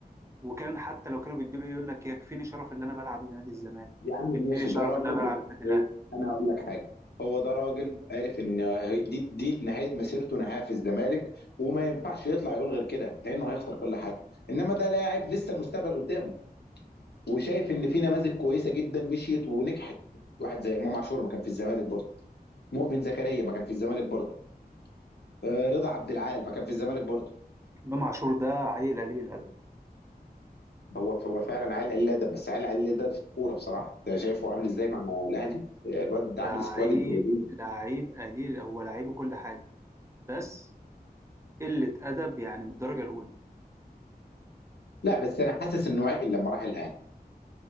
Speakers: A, on the right; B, on the left.
A: وكان حتى لو كانوا بيدوا له إيه، يقول لك يكفيني شرف اللي انا بلعب لنادي الزمالك
B: يا عم
A: يكفيني
B: ماشي
A: شرف
B: ده راجل
A: اللي انا
B: بس
A: بلعب للنادي الاهلي
B: انا هقول لك حاجه هو ده راجل عارف ان دي دي نهايه مسيرته نهايه في الزمالك وما ينفعش يطلع يقول غير كده لانه هيخسر كل حاجه انما ده لاعب لسه المستقبل قدامه وشايف ان في نماذج كويسه جدا مشيت ونجحت واحد زي امام عاشور ما كان في الزمالك برضه مؤمن زكريا ما كان في الزمالك برضه آه، رضا عبد العال ما كان في الزمالك برضه
A: امام عاشور ده عيل قليل الادب
B: هو هو فعلا عيل قليل ادب بس عيل قليل ادب في الكوره بصراحه انت شايفه عامل ازاي مع الاهلي آه، الواد عامل
A: لعيب
B: سكواد ابن لذيذ
A: لعيب قليل هو لعيبه كل حاجة بس قلة أدب يعني من الدرجة الأولى
B: لا بس انا حاسس انه عقل لما راح الاهلي